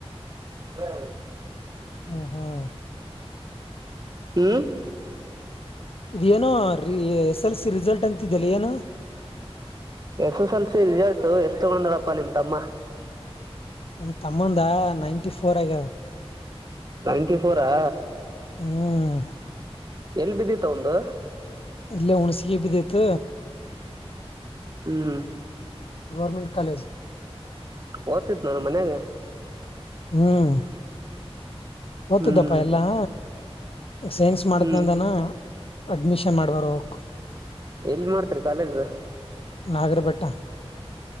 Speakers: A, on the right; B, on the left.
A: ಹ್ಮ
B: ಹ್ಮ ಹ್ಮ್
A: ಹ್ಮ್
B: ಇದೇನೋ ಎಸ್ ಎಲ್ ಸಿ ರಿಸಲ್ಟ್ ಅಂತಿದಲ್ಲ ಏನ
A: S S L C result ಎಷ್ಟ ತಗೊಂಡ್ರಪ್ಪಾ ನಿಮ್ ತಮ್ಮ
B: ನಮ ತಮ್ಮಂದ ನೈಂಟಿ ಫೋರ್ ಆಗ
A: ನೈನ್ಟಿಫೋರಾ
B: ಹ್ಮ್
A: ಎಲ್ಲಿ ಬಿದ್ದಿತ ಒಂದು
B: ಇಲ್ಲೇ ಹುಣಸಿಗೆಿ ಬಿದ್ದೈತ್
A: ಹ್ಮ್
B: ಗೌರ್ಮೆಂಟ್ ಕಾಲೇಜ್
A: ಓದ್ತಿದ್ದ ನಾ. ಮನ್ಾಗ
B: ಹ್ಮ್ ಓತದಪ್ಪಾ
A: ಹ್ಮ್
B: ಎಲ್ಲಾ ಸೈನ್ಸ್ ಮಾಡದ್ನಂದನ
A: ಹ್ಮ್
B: ಅಡ್ಮಿಷನ್ ಮಾಡಬರಕ್
A: ಎಲ್ ಮಾಡ್ತರಿ ಕಾಲೇಜ್
B: ನಾಗರಪಟ್ಟ